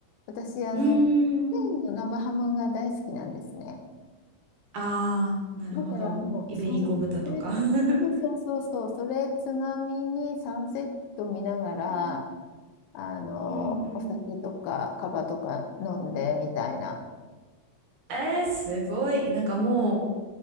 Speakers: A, on the left (about 80°); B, on the right (about 60°).
A: 私、あの、
B: うー
A: スペインの生ハムが大好きなんですね。
B: ん。ああ、なるほど。
A: だからもう、
B: イベリコ豚とか。
A: そ、それ、
B: <laughs> う
A: そうそうそうそう、それつまみにサンセット見ながら、
B: ん
A: あの、
B: うんうん。
A: お酒とかカバとか飲んでみたいな。
B: えー、すごい。なんかも